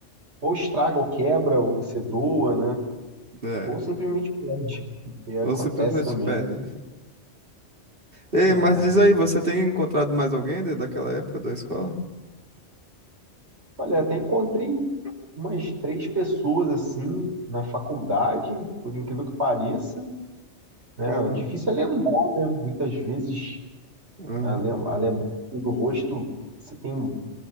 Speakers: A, on the right; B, on the right.
A: Ou estraga, ou quebra, ou você doa, né?
B: é.
A: Ou simplesmente perde, que acontece
B: Ou simplesmente
A: também.
B: perde. Ei,
A: É.
B: mas diz aí, você tem encontrado mais alguém de- daquela época da escola?
A: Olha, até encontrei umas três pessoas assim na faculdade, por incrível que pareça, né?
B: Cara,
A: É Difícil é lembrar, né? Muitas vezes
B: aham,
A: a lem- a lembrança do rosto se tem